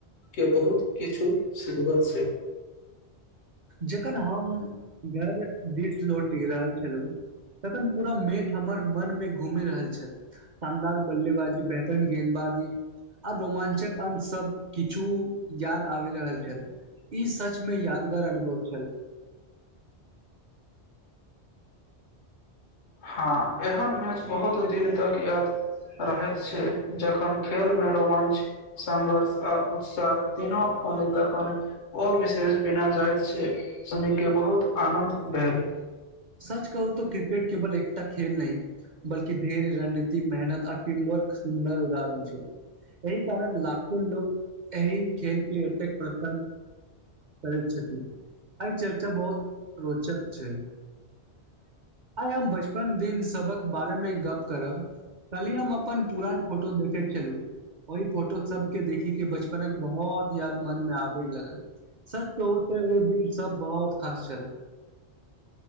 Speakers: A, on the left (about 80°); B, on the right (about 50°).
A: के बहुत किछु सिखबत छै
B: जखन हम घर दिस लौटि रहल छलहुँ तखन पूरा मेठ हमर मन मे घुमे रहल छल शानदार बल्लेबाजी बेहतरीन गेंदबाज आ रोमांचक अंश सब किछु याद आबि रहल छल ई सचमे यादगार अनुभव छल
A: हँ एहन मैच बहुत दिन तक याद रहैत छै जखन खेलमे रोमांच संघर्ष आ उत्साह तीनू आ तखन और विशेष बिना जाइत छै सुनि के बहुत आनद भेल
B: सच कहू त क्रिकेट केवल एकटा खेल नहि बल्कि धैर्य रणनीति मेहनत आ टीम वर्क र्क सुन्दर उदाहरण छै छै एहि कारण लाखो लोक एहि खेलके एतेक प्रसन करै छथि आइ चर्चा बहुत रोचक छै आइ हम बैस बच्चपन दिन सबक बारे मे गप करब कलही हम अपन पुरान फोटो देखैत छलु ओई फोटो सबके देखि के बचपनक बहुत याद मन मे आबे लगल सच कहु त ओ दिन सब बहुत खास छल